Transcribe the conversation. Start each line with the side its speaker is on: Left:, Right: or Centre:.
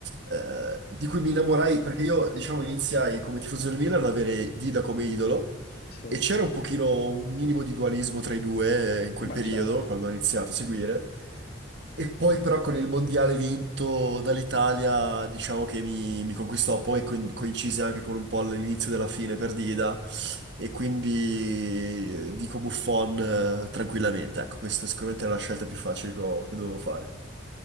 Right: eh, di cui mi innamorai, perché io, diciamo, iniziai come tifoso del Milan ad avere Dida come idolo,
Left: Sì,
Right: e c'era un pochino, un minimo di dualismo tra i due eh, in quel
Left: beh
Right: periodo,
Left: certo.
Right: quando ho iniziato a seguire, e poi però con il mondiale vinto dall'Italia, diciamo che mi, mi conquistò, poi co- coincise anche con un po' l'inizio della fine per Dida, e quindi eh, dico Buffon eh, tranquillamente. Ecco, questa sicuramente è la scelta più facile che, ho- che dovevo fare.